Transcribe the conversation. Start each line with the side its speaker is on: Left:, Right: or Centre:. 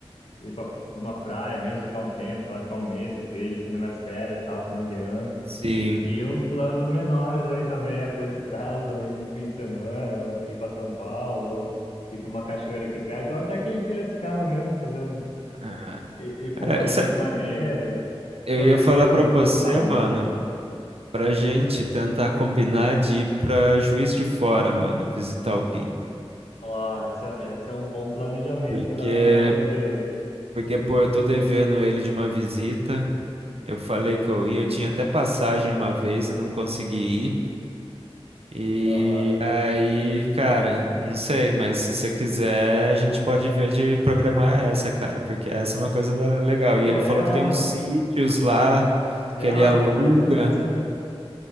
Left: ir pra uma praia mesmo, ficar um tempo, sei lá, ficar um mês que seja, assim, nas minhas férias, tal, final de ano.
Right: sim.
Left: E uns planos menores aí também, a curto prazo, aí num fim de semana, ou ir para São Paulo, ou ir para uma cachoeira aqui perto, ou até que em Piracicaba mesmo, fazer um,
Right: Ah,
Left: i- ir para
Right: é,
Left: um barzinho
Right: sa-
Left: maneiro,
Right: eu
Left: conhecer
Right: ia falar
Left: um,
Right: pra você,
Left: um local novo.
Right: mano, pra gente tentar combinar de ir pra Juiz de Fora, mano, visitar o PIN.
Left: Ó, esse, é esse é um bom planejamento
Right: Porque
Left: que dá para nós fazer
Right: Porque, pô, eu tô devendo ele de uma visita. Eu falei que eu ia, eu tinha até passagem uma vez e não consegui ir. E
Left: aí. Aham.
Right: aí, cara, não sei, mas se você quiser, a gente pode ver de programar essa, cara, porque essa é uma coisa da- legal. E
Left: Pô,
Right: ele
Left: real,
Right: falou que tem uns
Left: mano.
Right: sítios lá que
Left: Real,
Right: ele aluga.
Left: dá para nós ir nessa mesmo.